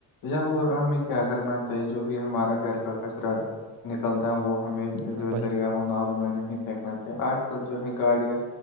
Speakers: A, on the left; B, on the right.
A: جان ہمیں کیا کرنا چاہیے جو بھی ہمارا گھر کا کچرا نکلتا ہے وہ ہمیں
B: ہاں
A: جو
B: بھائی
A: دریاؤں
B: جان
A: نالوں میں نہیں پھینکنا چاہیے آج کل جو ہے گاڑیاں